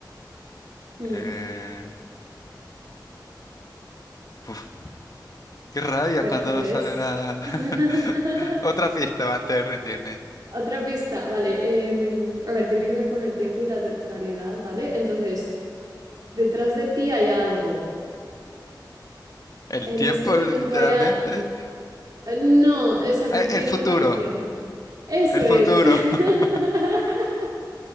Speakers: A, on the right (about 60°); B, on the left (about 50°).
A: Hmm,
B: Eh, uf, qué rabia
A: ¿Te
B: cuando
A: rindes?
B: no sale nada.
A: <laughs>
B: <laughs> Otra pista antes de rendirme.
A: Otra pista, vale. em, a ver, tiene que ver con el tiempo y la temporalidad, ¿vale? Entonces, detrás de ti hay algo.
B: El
A: En
B: tiempo,
A: este momento
B: literalmente.
A: hay... a- No, esa, pero
B: Eh,
A: tiene
B: El futuro.
A: relación. Eso
B: El futuro.
A: es. <laughs>
B: <laughs>